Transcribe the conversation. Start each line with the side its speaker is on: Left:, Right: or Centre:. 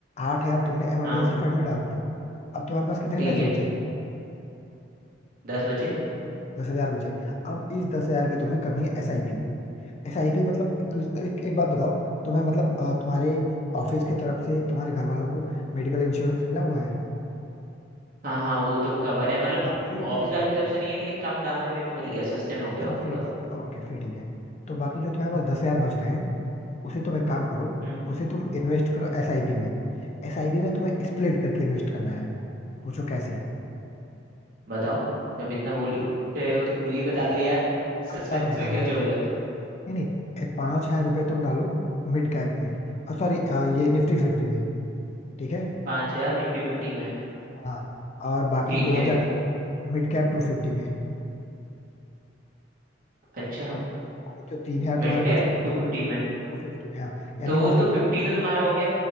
Left: आठ हजार तुमने इमरजेंसी
Right: हाँ
Left: फंड में डाल दिया अब तुम्हारे पास कितने
Right: ठीक
Left: पैसे
Right: है
Left: बचे
Right: दस बचे
Left: दस हजार बचे अब इस दस हजार की तुम्हें करनी है S I P S I P मतलब एक, एक, एक बात बताओ तुम्हें मतलब अ, तुम्हारे ऑफिस की तरफ से तुम्हारे घर वालों को मेडिकल इंश्योरेंस मिला हुआ है
Right: हाँ हाँ वो तो कवर है मतलब
Left: हाँ फिर
Right: ऑफिस
Left: ठीक
Right: वालों
Left: है
Right: की तरफ से नहीं है लेकिन कम दाम में मेरे को मिल गया सस्ते में हो गया
Left: हाँ
Right: उनका
Left: फिर ठीक है ओके फिर ठीक है तो बाकी जो तुम्हारे पास दस हजार बच रहे हैं उसे तुम एक काम करो
Right: हम्म
Left: उसे तुम इन्वेस्ट करो एसआईपी में एसआईपी में तुम्हें स्प्लिट करके इन्वेस्ट करना है पूछो कैसे
Right: बताओ जब इतना बोल ही
Left: देखो
Right: रहे हो तो पूरी ही बता दो यार
Left: मैं
Right: सस्पेंस
Left: बता रहा हूँ बता
Right: में क्यों
Left: रहा हूँ
Right: छोड़ रहे हो
Left: नहीं नहीं पांच हजार रुपए तुम डालो मिड कैप में सॉरी ये निफ्टी फिफ्टी में ठीक है
Right: पाँच हजार निफ्टी फिफ्टी में
Left: हाँ और बाकी
Right: ठीक
Left: दो
Right: है
Left: हजार डालो मिड कैप टू फिफ्टी में
Right: अच्छा
Left: और जो तीन हजार तुम्हारे
Right: मिड कैप
Left: बच रहे हैं
Right: टू फिफ्टी में
Left: टू फिफ्टी में हाँ यानी
Right: तो वो
Left: मतलब
Right: तो फिफ्टी तो तुम्हारा हो गया